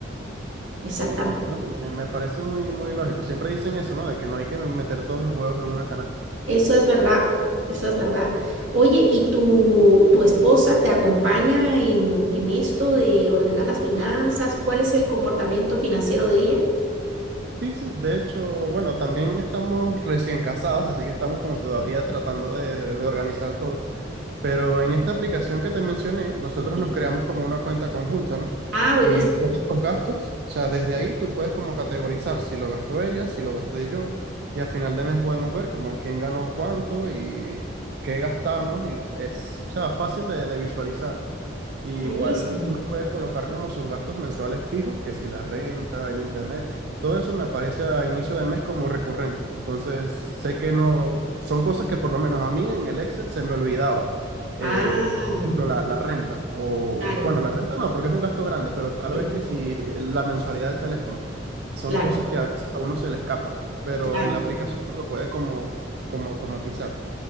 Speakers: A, on the right; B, on the right.
A: exactamente.
B: Sí, sí. No, me, me parece muy, muy lógico. Siempre dicen eso, ¿no? De que no hay que meter todos los huevos en una canasta.
A: Eso es verdad,
B: Eh,
A: eso es verdad. Oye, ¿y tu, tu esposa te acompaña en, en esto de ordenar las finanzas? ¿Cuál es el comportamiento financiero de ella?
B: sí, sí. De hecho, bueno, también estamos recién casados, así que estamos como todavía tratando de, de organizar todo. Pero en esta aplicación que te mencioné, nosotros
A: Sí.
B: nos creamos como una cuenta conjunta, ¿no?
A: Ah, buenísimo,
B: Y todos los gastos, o sea, desde ahí tú puedes como categorizar si lo gastó ella, si lo gasté yo, y al final de mes podemos ver como quién ganó cuánto y qué gastamos, y es, o sea, fácil de, de visualizar. Y
A: buenísimo.
B: igual uno puede colocar como sus gastos mensuales fijos, que si la renta, el internet, todo eso me aparece a inicio de mes como recurrente. Entonces, sé que no, son cosas que por lo menos a mí en el Excel se me olvidaba
A: Ah,
B: eh, por ejemplo, la, la renta, o
A: claro,
B: bueno, la renta no, porque es un gasto grande, pero tal
A: sí,
B: vez que si la mensualidad del teléfono, son
A: claro,
B: cosas que a veces a uno se le escapa, pero
A: claro.
B: en la aplicación uno lo puede como, como automatizar.